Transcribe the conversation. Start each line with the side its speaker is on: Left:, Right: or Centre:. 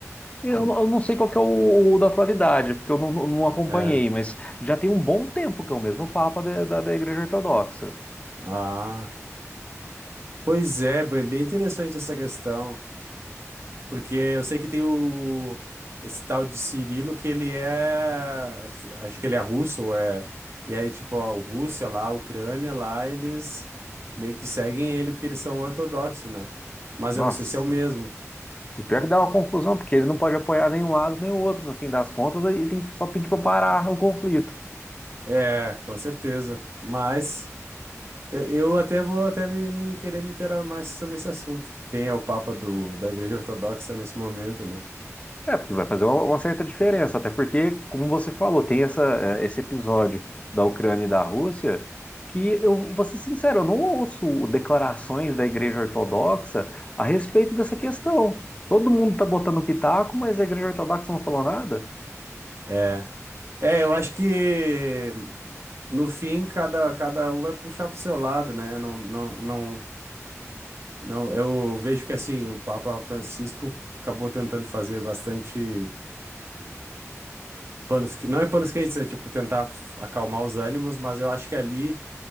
Left: eu,
Right: Não-
Left: não- eu não sei qual que é o, o da atualidade, porque eu não, não acompanhei,
Right: É,
Left: mas já tem um bom tempo que é o mesmo Papa da, da, da Igreja Ortodoxa.
Right: ah, pois é, bem bem interessante essa questão, porque eu sei que tem o, esse tal de Cirilo que ele é, acho acho que ele é russo, ou é, e aí tipo, a Rússia lá, a Ucrânia lá, eles meio que seguem ele porque eles são ortodoxos, né? Mas
Left: Nossa,
Right: eu não sei se é o mesmo.
Left: e pior que dá uma confusão, porque ele não pode apoiar nem um lado nem o outro, no fim das contas, aí tem que só pedir para parar o conflito.
Right: É, com certeza. Mas eu, eu até vou até me, me- querer me inteirar mais sobre esse assunto. Quem é o Papa do, da Igreja Ortodoxa nesse momento, né?
Left: É, porque vai fazer uma, uma certa diferença, até porque, como você falou, tem essa, eh, esse episódio da Ucrânia e da Rússia, que eu vou ser sincero, eu não ouço declarações da Igreja Ortodoxa a respeito dessa questão. Todo mundo tá botando pitaco, mas a Igreja Ortodoxa não falou nada.
Right: É. É, eu acho que no fim cada, cada um vai puxar pro seu lado, né? Não, não, não, não, eu vejo que assim, o Papa Francisco acabou tentando fazer bastante panos, que- não é panos quentes, é tipo tentar acalmar os ânimos, mas eu acho que ali